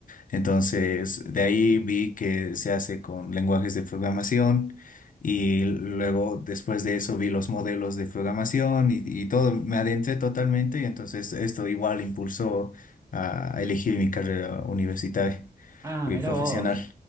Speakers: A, on the left; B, on the right.
A: Entonces, de ahí vi que se hace con lenguajes de programación y luego después de eso vi los modelos de programación y, y todo, me adentré totalmente y entonces esto igual impulsó a elegir mi carrera universitaria.
B: ah,
A: Y
B: mira
A: profesional.
B: vos.